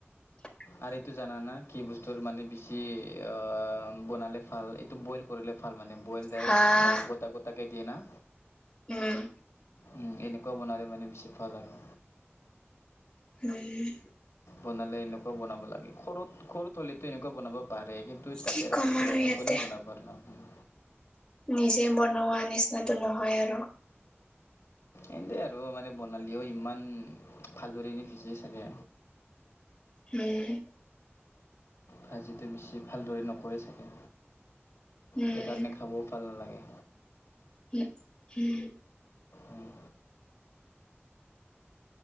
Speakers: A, on the left (about 15°); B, on the left (about 80°).
A: উম',
B: আৰু এইটো জানানা, কি বস্তুৰ মানে বেছি অহ', বনালে ভাল, এইটো বইল কৰিলে ভাল মানে', বইল ডাইৰেক্ট
A: হাঁহ
B: অ', গোতা- গোতাকে দিয়ে ন?
A: উম',
B: উম, এনেকুৱা বনালে মানে বেছি ভাল আৰু',
A: উম',
B: বনালে এনেকুৱা বনাব লাগে, ঘৰত-ঘৰত হ'লে টো এনেকুৱা বনাব', পাৰে কিন্তু
A: কি
B: তাতে আৰু
A: ক'ম
B: হোষ্টেলত
A: ইয়াতে
B: নো কোনে বনাব আৰু অহ', হম',
A: নিজে বনোৱা নিচিনাতো নহয় আৰু',
B: এনেতেই আৰু মানে বনালীয়েও ইমান ভালদৰে নিভিজে চাগে?
A: হুম',
B: ভাজিটো বেছি ভালদৰে নকৰে চাগে?
A: উম
B: সেইকাৰণে খাবও ভাল নালাগে',
A: উম', - উম',
B: উম,